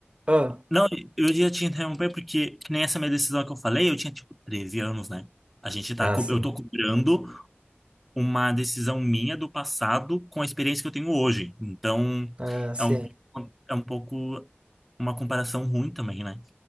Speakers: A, on the right; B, in the centre.
A: Ah,
B: Não, eu ia te interromper porque, que nem essa minha decisão que eu falei, eu tinha tipo 13 anos, né? A gente tá,
A: ah,
B: co-
A: sim.
B: eu tô cobrando uma decisão minha do passado com a experiência que eu tenho hoje. Então,
A: Ah, sim.
B: é um,
A: é,
B: é um pouco uma comparação ruim também, né?